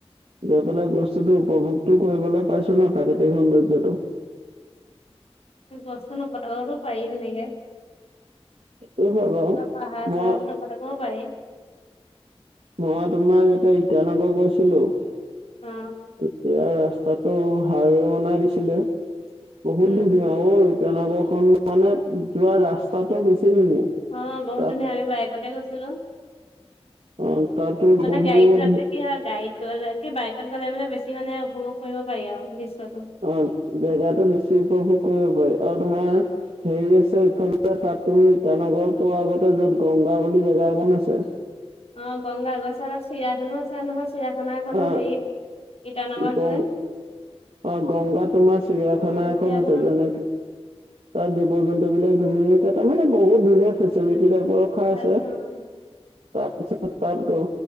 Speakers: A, on the right (about 85°); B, on the left (about 70°).
A: গৈ পেলাই বস্তুটো উপভোগতটো কৰিবলৈ পাইছো ন, প্ৰাকৃতিক সৌন্দৰ্যটো।
B: গছটো নকটাকো পাৰি তেনেকে।
A: সেইটো হয় বাৰু।
B: ন পাহা
A: মই
B: চব ন মান গ পাই <unintelligible>
A: মই তোমাৰ যেতিয়া ইটানগৰ গৈছিলো। তেতিয়া
B: অ
A: ৰাস্তাতটো হাইৱে বনাই দিছিলে, বহুত
B: উম
A: ধুনীয়া অই! তেনেকুৱা খন মানে যোৱা ৰাস্তাতটো বেছি ধুনীয়া
B: অ বহুত
A: তাত
B: ধুনীয়া আমি বাইকতে গৈছিলো।
A: অ' তাতো
B: মানে
A: বহুত
B: গাৰিত ঘুৰতকে কি হা গাইড গ বাই তাত গ'লে মানে বেছি মানে উপভোগ কৰিব পাৰি আৰু। দৃশ্যটো
A: অ জেগাটো বেছি উপভোগ কৰিব পাৰি। আৰু তোমাৰ হেৰি আছে, ইফালে তাত তুমি ইটানগৰ পোৱাৰ আগতে য'ত গংগা বুলি জাগা জাগ অকন আছে।
B: অ গংগা গছ আৰু চিৰিয়াখানো আছে নহয়, চিৰিয়াখানা এখনো
A: আহ
B: হেৰিত ইটানগৰ
A: গং
B: ফালে
A: অ গংগা তোমাৰ চিৰিয়াখানা
B: উম
A: এখন
B: চিৰিয়াখানা
A: আছে। যেনেকে তাৰ দিপৰ বিল বিলাক ধুনীয়াকে তাৰ মানে বহুত ধুনীয়া ফেচিলিটি টাইপৰ ৰখা
B: চাইছো
A: আছে।
B: অ
A: তাৰ পিছত তাত গ